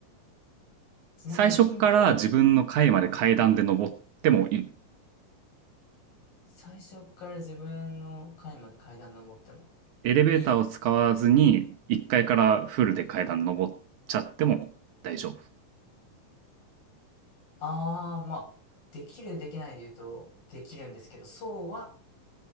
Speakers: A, on the left (about 75°); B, on the right (about 70°).
A: ちなみにヒント、
B: 最初から自分の階まで階段で登ってもいい。
A: 最初から自分の階まで階段登っても
B: エレベーターを使わずに、
A: いい。はい、
B: 1階かいからフルで階段登っちゃっても大丈夫。
A: ああ、まあ、できる、できないで言うと、できるんですけど、そうは